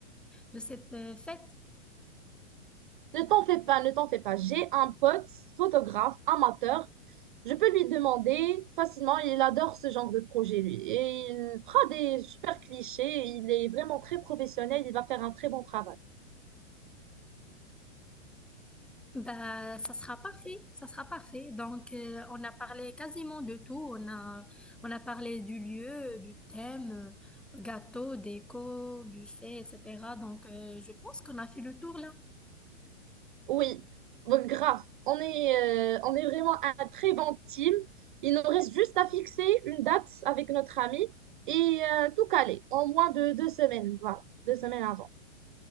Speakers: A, in the centre; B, on the right (about 45°).
A: de cette euh, fête.
B: Ne t'en fais pas, ne t'en fais pas. J'ai un pote, photographe, amateur. Je peux lui demander facilement. Il adore ce genre de projet, lui. Et il fera des super clichés. Il est vraiment très professionnel. Il va faire un très bon travail.
A: Bah, ça sera parfait, ça sera parfait. Donc, euh, on a parlé quasiment de tout. On a, on a parlé du lieu, du thème, euh, gâteau, déco, buffet, etc. Donc, euh, je pense qu'on a fait le tour là.
B: Oui, Bon, grave. On est, euh, on est vraiment un très bon team. Il nous reste juste à fixer une date avec notre ami et euh, tout caler en moins de deux semaines. Voilà, deux semaines avant.